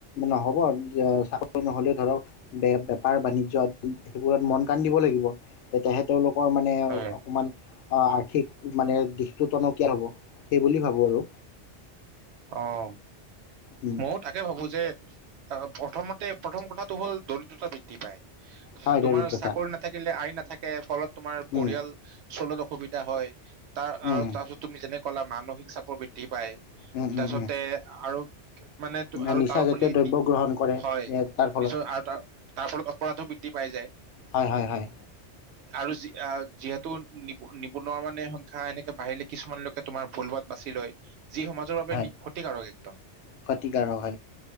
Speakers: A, on the left; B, on the right.
A: নহ'ব যে চাকৰি নহলেও ধৰক বে বেপাৰ বাণিজ্য আদি সেইবোৰত মন কান দিব লাগিব। তেতিয়াহে তেওঁলোকৰ মানে
B: হয়
A: অকণমান অ', আৰ্থিক মানে দিশটো টনকিয়াল হ'ব সেই বুলি ভাবো আৰু।
B: অ',
A: উম
B: মোৰ তা কে ভাবো যে অ প্ৰথমতে প্ৰথম কথাটো হ'ল দৰিদ্ৰতা বৃদ্ধি পায়।
A: হয়
B: তোমাৰ
A: দৰিদ্ৰতা
B: চাকৰি নাথাকিলে, আই নাথাকে ফলত তোমাৰ পৰিয়াল
A: উম
B: চলত অসুবিধা হয়। তাৰ আৰু
A: উম
B: তাৰপিছত তুমি যেনেকা কলা মানসিক চাপৰ বৃদ্ধি পায়।
A: উম
B: তাৰ
A: উম
B: পিছতে আৰু মানে
A: উম।
B: তো আৰু
A: নিচাজাতীয়
B: তাৰ ওপৰতে
A: দ্ৰব্য গ্ৰহণ কৰে
B: হয়
A: তাৰ ফলত
B: নিশ্চয় আৰু তাৰ, তাৰ ফলত অপৰাধো বৃদ্ধি পাই যায়।
A: হয় হয় হয়।
B: আৰু যি-যিহেতু নি-নিবনুৱা মানে সংখ্যা এনেকে বাহিলে কিছুমানলৈকে তোমাৰ ভুলবাত বাছি লৈ যি সমাজৰ বাবে
A: হয়
B: ক্ষতিকাৰক একদম।
A: ক্ষতিকাৰক